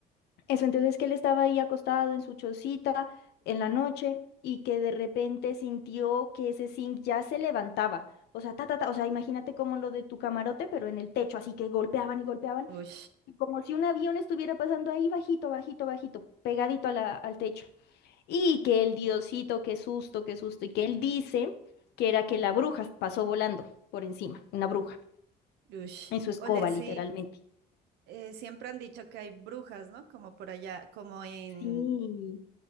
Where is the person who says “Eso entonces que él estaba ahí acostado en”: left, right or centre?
Left